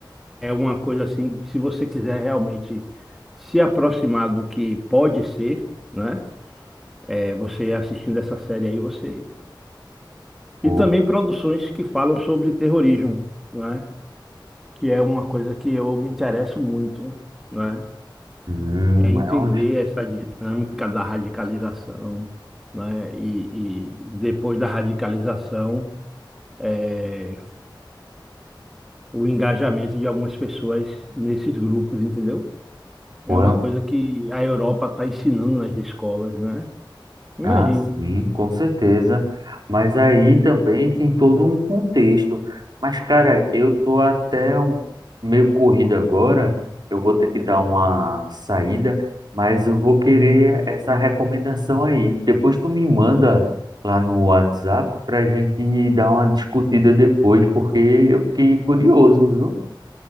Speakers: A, in the centre; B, on the right.
A: é uma coisa assim, que se você quiser realmente se aproximar do que pode ser, né? É, você assistindo essa série aí, você.
B: Pô,
A: E também produções que falam sobre terrorismo, né? que é uma coisa que eu me interesso muito, né?
B: hum,
A: É entender
B: é um...
A: essa dinâmica da radicalização, né? E, e depois da radicalização, é, o engajamento de algumas pessoas nesses grupos, entendeu? É
B: Pô,
A: uma
B: é um-
A: coisa que a Europa está ensinando nas escolas, né? Imagine.
B: ah, sim, com certeza. Mas aí também tem todo um contexto. Mas, cara, eu tô até um... meio corrido agora. Eu vou ter que dar uma saída, mas eu vou querer essa recomendação aí. Depois tu me manda lá no WhatsApp pra gente dar uma discutida depois, porque eu fiquei curioso, viu?